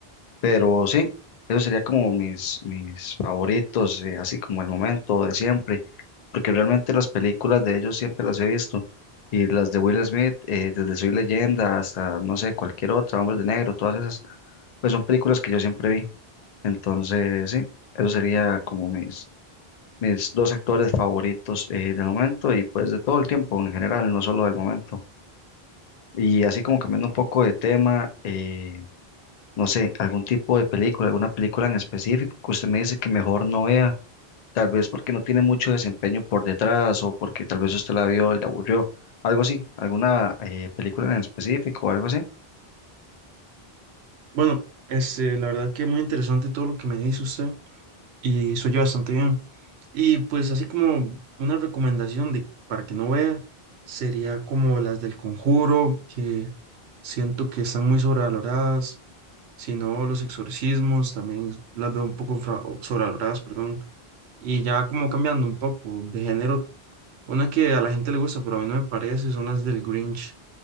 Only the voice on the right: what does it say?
Bueno, este, la verdad que muy interesante todo lo que me dice usted y se oye bastante bien. Y pues así como una recomendación de, para que no vea, sería como las del Conjuro, que siento que están muy sobrevaloradas, si no los exorcismos, también las veo un poco infra- sobrevaloradas, perdón. Y ya como cambiando un poco de género, una que a la gente le gusta, pero a mí no me parece, son las del Grinch,